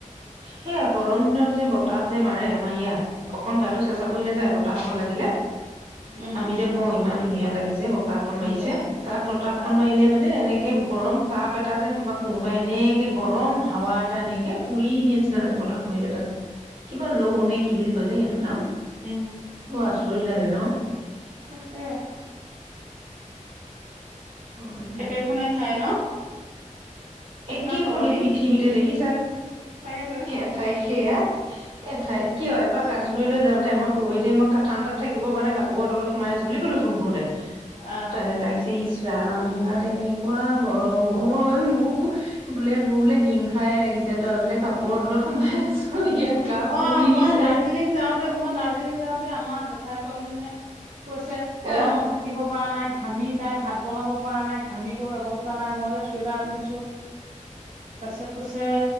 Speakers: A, on the right (about 40°); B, on the right (about 75°).
A: সেয়া গৰম দিনত যে বতাহ যে মাৰে আমাৰ ইয়াত অকন গাটো চেচা পৰি নাযায় বতাহ অকণ লাগিলে
B: উম
A: আমি যে
B: উম
A: কও ইমান ধুনীয়া লাগিছে বতাহখন
B: ধুনীয়া
A: মাৰিছে
B: লাগিছে
A: তাত বতাহখন
B: অ
A: মাৰিলে মানে এনেকে গৰম তাপ এটা যেন তোমাক কোনোবাই এনেকে গৰম হাৱা এটা এনেকে পুৰি নিয়া নিচিনা লাগে পথাাৰত মাৰিলে তাত কিমান ল
B: উম
A: ন কি বুলি কৈ যে সেইটো নাম
B: উম
A: বৰ আচৰিত লাগে ন
B: তাকে
A: হয়
B: একেখনে ঠাই ন
A: একেখনে
B: কিমান সলনি
A: পৃথিৱীতে কি
B: তাকেতো
A: এঠাইত সেয়া এঠাইত কিয় এবাৰ কাশ্মীৰলৈ
B: উম
A: যাওঁতে আমাৰ হ' এতিয়া মই ঠাণ্ডাত থাকিব মানে কাপোৰৰ তলত সোমাই আছো বুলি কলো ফোন কৰোতে
B: আহ
A: ত তাক ইচ ৰাম ইয়াত তেনেকুৱা গৰম ঐ ম খুব বোলে মোৰ বোলে হিংসাই লাগিছে তই বোলে কাপোৰৰ তলত সোমাই আছ ইয়াত গা
B: অ
A: পুৰি
B: মই
A: নিছে
B: দাৰ্জিলিং যাওঁতে মই দাৰ্জিলিং যাওঁতে আমাৰ জেঠাই ছোৱালী জনীয়ে কৈছে গৰমত
A: অ'
B: থাকিব নাই ঘামি তাই ভাত বনাব পৰা নাই ঘামি ক অৱস্থা নাই মই যে চুৱেটাৰ পিন্ধিছো তাৰ পিছত কৈছে উ